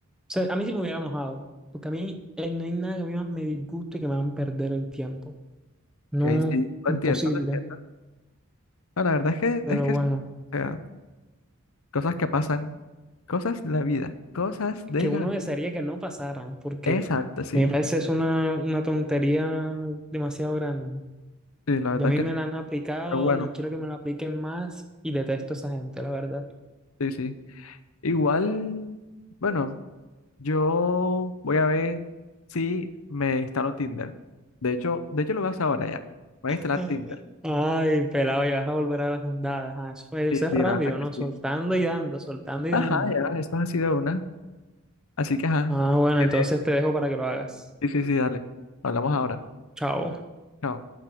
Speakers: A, in the centre; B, on the left (about 70°).
A: sea, a mí sí me hubiera enojado, porque a mí eh, no hay nada que a mí más me disguste que me hagan perder el tiempo. No,
B: que ahí sí, lo
A: imposible,
B: entiendo, lo entiendo. No, la verdad es que,
A: pero
B: es que,
A: bueno,
B: o sea, cosas que pasan, cosas de la vida, cosas de
A: que uno
B: la vida.
A: desearía que no pasaran, porque
B: Exacto, sí.
A: me parece es una, una tontería demasiado grande.
B: Sí, la verdad
A: Y a mí
B: es
A: me
B: que
A: la
B: sí.
A: han aplicado,
B: Pero bueno,
A: no quiero que me la apliquen más y detesto a esa gente, la verdad.
B: sí, sí. Igual, bueno, yo voy a ver si me instalo Tinder. De hecho, de hecho lo vas ahora ya. Voy a
A: <laughs>
B: instalar Tinder.
A: Ay, pelado, ya vas a volver a las andadas. Ah, eso fue,
B: Sí,
A: eso es
B: sí,
A: rápido,
B: la verdad es
A: ¿no?
B: que
A: Soltando
B: sí.
A: y dando, soltando y
B: Ajá,
A: dando.
B: ya, eso es así de una. Así que, ajá.
A: Ah, bueno,
B: Si quieres,
A: entonces te dejo para que lo hagas.
B: sí, sí, sí, dale. Hablamos ahora.
A: Chao.
B: Chao.